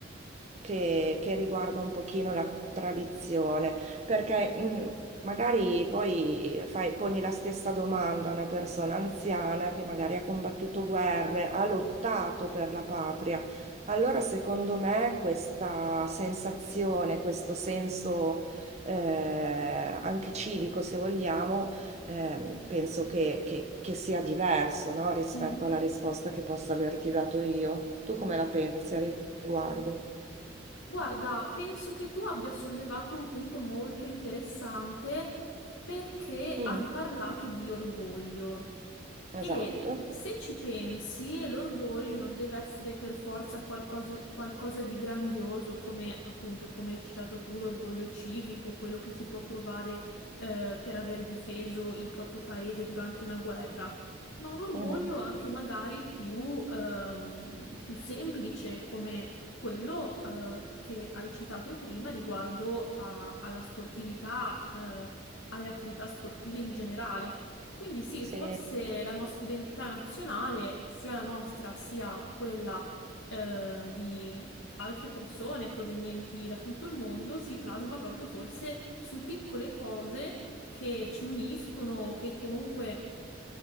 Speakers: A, on the right (about 35°); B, on the left (about 80°).
A: che, che riguarda un pochino la tradizione, perché mh, magari poi fai- poni la stessa domanda a una persona anziana che magari ha combattuto guerre, ha lottato per la patria. Allora, secondo me, questa sensazione, questo senso eh, anche civico, se vogliamo, ehm, penso che, che- che sia diverso, no, rispetto
B: mhm.
A: alla risposta che posso averti dato io. Tu come la pensi a riguardo?
B: Guarda, penso che tu abbia sollevato un punto molto interessante perché
A: Mm,
B: hai parlato di orgoglio. E
A: esatto.
B: se ci pensi, l'orgoglio non deve essere per forza qualcosa, qualcosa di grandioso, come appunto, come hai citato tu, l'orgoglio civico, quello che si può provare eh, per aver difeso il proprio paese durante una guerra. Ma un orgoglio
A: Mhm.
B: anche magari più, ehm, più semplice, come quello eh, che hai citato prima riguardo a- alla sportività, eh, alle attività sportive in generale. Quindi sì,
A: Sì,
B: forse la nostra identità nazionale, sia la nostra sia quella eh, di altre persone provenienti da tutto il mondo, si plasma proprio forse su piccole cose che ci uniscono, che comunque